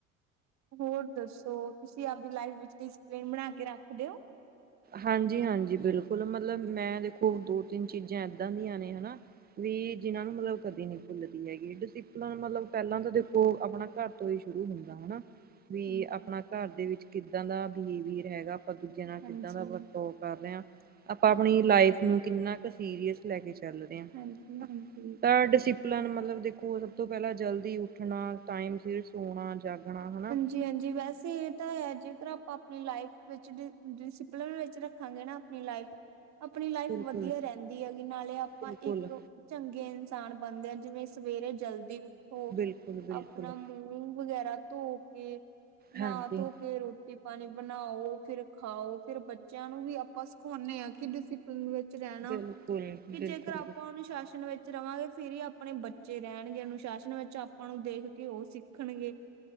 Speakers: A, on the right; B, on the right.
A: ਹੋਰ ਦੱਸੋ ਤੁਸੀਂ ਆਪਦੀ ਲਾਈਫ ਡਿਸਿਪਲਿਨ ਬਣਾ ਕੇ ਰੱਖ ਦਿਓ?
B: ਹਾਂਜੀ ਹਾਂਜੀ ਬਿਲਕੁਲ ਮਤਲਬ ਮੈਂ ਦੇਖੋ ਦੋ- ਤਿੰਨ ਚੀਜ਼ਾਂ ਏਦਾਂ ਦੀਆਂ ਨੇ ਨਾ ਵੀ ਜਿਨਾਂ ਨੂੰ ਮਤਲਬ ਕਦੇ ਨਹੀਂ ਭੁੱਲਦੀ ਹੈਗੀ ਡਿਸਪਲਨ ਮਤਲਬ ਪਹਿਲਾਂ ਤਾਂ ਦੇਖੋ ਆਪਣਾ ਘਰ ਤੋਂ ਹੀ ਸ਼ੁਰੂ ਹੁੰਦਾ ਹਨਾ, ਵੀ
A: ਹਾਂਜੀ,
B: ਆਪਣਾ ਘਰ ਦੇ ਵਿੱਚ ਕਿੱਦਾਂ ਦਾ ਬਿਹੇਵੀਅਰ ਹੈਗਾ ਆਪਾਂ ਦੂਜੇ
A: ਹਾਂਜੀ,
B: ਜਿੱਦਾਂ ਦਾ ਵਰਤਾਓ ਕਰ ਰਿਹਾਂ ਆਪਾਂ ਆਪਣੀ ਲਾਈਫ ਨੂੰ ਕਿੰਨਾ ਕੁ ਸੀਰੀਅਸ ਲੈ ਕੇ ਚੱਲ ਰਿਹਾ ਹਾਂ,
A: ਹਾਂਜੀ, ਹਾਂਜੀ।
B: ਪਰ ਡਿਸਪ -ਪਲਾਨ ਮਤਲਬ ਦੇਖੋ ਸਭ ਤੋਂ ਪਹਿਲਾਂ ਜਲਦੀ ਉੱਠਣਾ ਟਾਈਮ ਸਿਰ ਸੋਣਾ ਜਾਗਣਾ ਹਨਾ।
A: ਜੀ ਹਾਂਜੀ ਵੈਸੇ ਇਹ ਤਾਂ ਹੈ ਜੇਕਰ ਆਪਾਂ ਆਪਣੀ ਲਾਈਫ ਵਿੱਚ ਡਿ- ਡਿਸਪਲਿਨ ਵਿੱਚ ਰੱਖਾਂਗੇ ਨਾ ਆਪਣੀ ਲਾਈਫ -ਆਪਣੀ ਲਾਈਫ
B: ਬਿਲਕੁਲ।
A: ਵਧੀਆ ਰਹਿੰਦੀ ਹੈਗੀ ਨਾਲੇ ਆਪਾਂ
B: ਬਿਲਕੁਲ,
A: ਇੱਕ ਚੰਗੇ ਇਨਸਾਨ ਬਣਦੇ ਆ ਜਿਵੇਂ ਸਵੇਰੇ ਜਲਦੀ ਉੱਠੋ
B: ਬਿਲਕੁਲ, ਬਿਲਕੁਲ
A: ਆਪਣਾ ਮੂੰ ਵਗੈਰਾ ਧੋ ਕੇ ਨਾ
B: ਹਾਂਜੀ।
A: ਧੋ ਕੇ ਰੋਟੀ ਪਾਣੀ ਬਣਾਓ ਫਿਰ ਖਾਓ ਫੇਰ ਬੱਚਿਆਂ ਨੂੰ ਵੀ ਆਪਾਂ ਸਿਖਾਉਂਦੇ ਹਾਂ ਕਿ ਡਿਸਪ ਪਲਨ ਵਿੱਚ ਰਹਿਣਾ,
B: ਬਿਲਕੁਲ
A: ਕਿ ਜੇਕਰ
B: ਬਿਲਕੁਲ
A: ਆਪਾਂ ਅਨੁਸ਼ਾਸਨ ਵਿੱਚ ਰਵਾਂਗੇ ਫਿਰ ਹੀ ਆਪਣੇ ਬੱਚੇ ਰਹਿਣਗੇ ਅਨੁਸ਼ਾਸਨ ਵਿੱਚ ਆਪਾਂ ਨੂੰ ਦੇਖ ਕੇ ਉਹ ਸਿੱਖਣਗੇ।